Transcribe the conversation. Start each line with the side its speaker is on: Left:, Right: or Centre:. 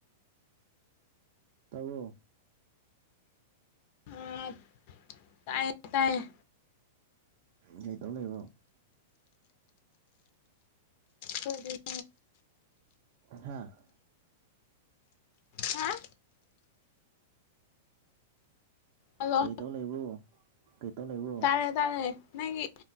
Right: ꯇꯥꯕ꯭ꯔꯣ
Left: ꯑꯥ ꯇꯥꯏꯌꯦ ꯇꯥꯏꯌꯦ
Right: ꯀꯔꯤ ꯇꯧ ꯂꯩꯕ꯭ꯔꯣ
Left: ꯍ <unintelligible>
Right: ꯍꯥꯥ
Left: ꯍꯥ ꯍꯜꯂꯣ
Right: ꯀꯩꯇꯧ ꯂꯩꯕ꯭ꯔꯣ ꯀꯩꯇꯧ ꯂꯩꯕ꯭ꯔꯣ
Left: ꯍꯥꯏ ꯇꯔꯦ ꯅꯪꯒꯤ